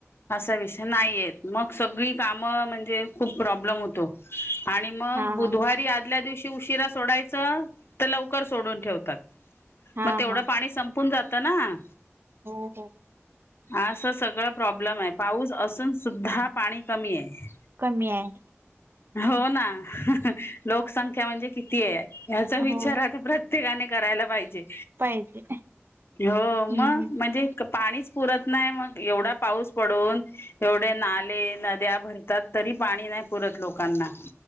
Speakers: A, on the left; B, on the right.
A: असा विषय नाही येत मग सगळी कामं म्हणजे खूप प्रॉब्लेम होतो. आणि मग
B: हा
A: बुधवारी
B: हा
A: आदल्या दिवशी उशीरा सोडायच तर लवकर सोडून ठेव तात
B: हा
A: मग तेवढं
B: हा
A: पाणी संपून जात ना.
B: हो हो.
A: असं सगळं प्रॉब्लेम आहे पाऊस असून सुद्धा पाणी कमी आहे.
B: कमी आहे.
A: हो ना, लोकसंख्या म्हणजे किती आहे याचा विचार
B: हो
A: आता प्रत्य त्येकाने करायला पाहिजे,
B: पाहिजे
A: हो
B: हम्म
A: मग म्हणजे पाणीच पुरत नाही मग एवढा पाऊस पडून एवढे नाले, नद्या भरतात तरी पाणी नाही पुरत लोकांना